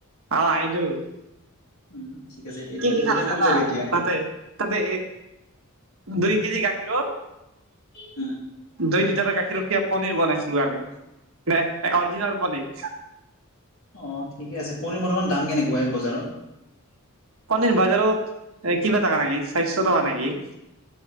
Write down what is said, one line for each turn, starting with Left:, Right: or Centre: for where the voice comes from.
Right: অ আহিদূহ <unintelligible>
Left: উম ঠিক আছে
Right: কিজি চাল
Left: এতিয়া
Right: জা
Left: ক'ত যাবি এতিয়া?
Right: তাতে তাতে দুই কেজি গাখীৰৰ <unintelligible>
Left: হম
Right: দুই লিটাৰ গাখীৰকীয়া পনীৰ বনাইছিলো আমি নাই নাই জিহৰ পনী <unintelligible>
Left: অঁ ঠিকে আছে পনীৰ বৰ্তমান দাম কেনেকুৱা হে বজাৰত <unintelligible>
Right: পনীৰ বজাৰত এ কিবা থকা নেকি স্বাস্থ্য থকা নেকি <unintelligible>